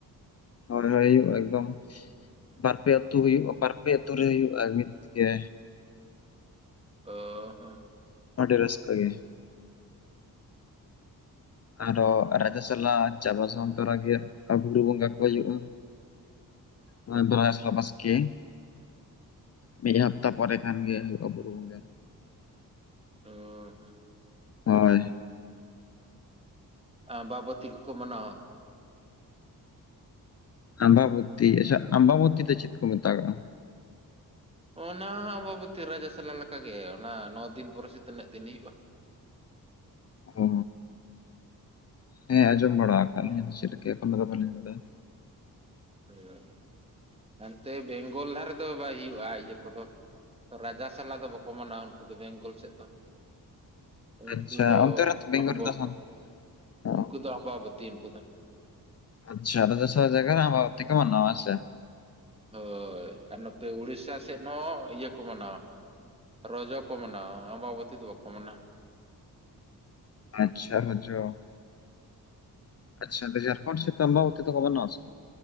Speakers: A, on the left; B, on the right.
A: ᱦᱳᱭ ᱚᱭ ᱦᱩᱭᱩᱜ ᱮᱠᱫᱚᱢ᱾ ᱵᱟᱨᱯᱮ ᱟᱹᱛᱩ ᱦᱩᱭᱩᱜᱼᱟ ᱵᱟᱨᱯᱮ ᱟᱹᱛᱩ ᱨᱮ ᱦᱩᱭᱩᱜᱼᱟ ᱢᱤᱫ ᱜᱮ᱾
B: ᱚ ᱦᱚᱸ᱾
A: ᱟᱰᱤ ᱨᱟᱹᱥᱠᱟᱹ ᱜᱮ᱾ ᱟᱨᱚ ᱨᱟᱡᱟ ᱥᱚᱞᱟ ᱪᱟᱵᱟ ᱥᱟᱱ ᱛᱚᱨᱟ ᱜᱮ ᱵᱩᱨᱩ ᱵᱚᱸᱜᱟ ᱠᱚ ᱩᱭᱩᱜᱼᱟ᱾ ᱚ-ᱚᱭ ᱫᱚᱨᱟᱭ ᱥᱨᱟ ᱵᱟᱥᱠᱮ᱾ ᱢᱤᱫ ᱦᱟᱯᱛᱟ ᱯᱚᱨᱮ ᱠᱷᱟᱱ ᱜᱮ ᱦᱩᱭᱩᱜᱼᱟ ᱵᱩᱨᱩ ᱵᱚᱸᱜᱟ᱾
B: ᱚ ᱦᱚᱸ᱾
A: ᱦᱚᱭ᱾
B: ᱟᱢᱵᱟ ᱵᱟᱛᱤ ᱠᱚᱠᱚ ᱢᱟᱱᱟᱣᱟ᱾
A: ᱟᱢᱵᱟ ᱵᱚᱛᱤ ᱟᱪᱪᱷᱟ ᱟᱢᱵᱟ ᱵᱚᱛᱤ ᱫᱚ ᱪᱮᱫ ᱠᱚ ᱢᱮᱛᱟᱜᱟᱜᱼᱟ᱾
B: ᱚᱱᱟ ᱟᱢᱵᱟ ᱵᱚᱛᱤ ᱨᱟᱡᱟ ᱥᱟᱞᱟ ᱞᱮᱠᱟ ᱜᱮ ᱚᱱᱟ ᱱᱚ ᱫᱤᱱ ᱯᱚᱨᱮ ᱥᱮ ᱛᱤᱱᱟᱹᱜ ᱫᱤᱱ ᱦᱩᱭᱩᱜᱼᱟ᱾
A: ᱚ ᱦᱮᱸ ᱟᱸᱡᱚᱢ ᱵᱟᱲᱟ ᱟᱠᱟᱜ ᱞᱤᱧ ᱟᱫᱚ ᱪᱮᱫ ᱞᱮᱠᱟ ᱮᱠᱷᱚᱱ ᱫᱚ ᱵᱟᱵᱟᱹᱞᱤᱧ ᱵᱟᱰᱟᱭᱟ᱾
B: ᱚ ᱦᱟᱱ ᱛᱮ ᱵᱮᱝᱜᱚᱞ ᱫᱷᱟᱨᱮ ᱨᱮᱫᱚ ᱵᱟᱭ ᱦᱩᱭᱩᱜᱼᱟ ᱤᱭᱟᱹ ᱠᱚᱫᱚ᱾ ᱨᱟᱡᱟ ᱥᱟᱞᱟ ᱫᱚ ᱵᱟᱠᱩ ᱢᱟᱱᱟᱣᱟ ᱩᱱᱠᱩ ᱫᱚ ᱵᱮᱝᱜᱚᱞ ᱥᱮᱫ ᱫᱚ᱾ ᱩᱱᱠᱩ
A: ᱟᱪᱪᱷᱟ
B: ᱫᱚ
A: ᱚᱱᱛᱮ ᱨᱮᱛᱚ ᱵᱮᱝᱜᱚᱞ
B: ᱟᱜ ᱟᱢᱵᱚ
A: ᱨᱮᱫᱚ ᱥᱟᱱ ᱚ
B: ᱩᱱᱠᱩ ᱫᱚ ᱟᱢᱵᱟ ᱵᱚᱛᱤ ᱩᱱᱠᱩ ᱫᱚ᱾
A: ᱟᱪᱪᱷᱟ ᱚᱰᱮ ᱫᱚ ᱥᱚ ᱡᱟᱭᱜᱟ ᱨᱮ ᱟᱵᱵᱟ ᱵᱚᱛᱤ ᱠᱚ ᱢᱟᱱᱟᱣ-ᱟ ᱥᱮ?
B: ᱦᱳᱭ ᱟᱨ ᱱᱚᱛᱮ ᱩᱲᱤᱥᱟ ᱥᱮᱫ ᱱᱚ ᱤᱭᱟᱹ ᱠᱚ ᱢᱟᱱᱟᱣᱼᱟ᱾ ᱨᱚᱡᱚ ᱠᱚ ᱢᱟᱱᱟᱣ-ᱟ ᱟᱢᱵᱟ ᱵᱚᱛᱤ ᱫᱚ ᱵᱟᱠᱚ ᱢᱟᱱᱟᱣ-ᱟ᱾
A: ᱟᱪᱪᱷᱟ ᱦᱚᱡᱚ᱾᱾ ᱟᱪᱷᱟ ᱡᱷᱟᱲᱠᱷᱚᱸᱰ ᱥᱮᱫ ᱫᱚ ᱟᱢᱵᱟ ᱵᱚᱛᱤ ᱫᱚᱠᱚ ᱢᱟᱱᱟᱣ-ᱟ‌ ᱥᱮ?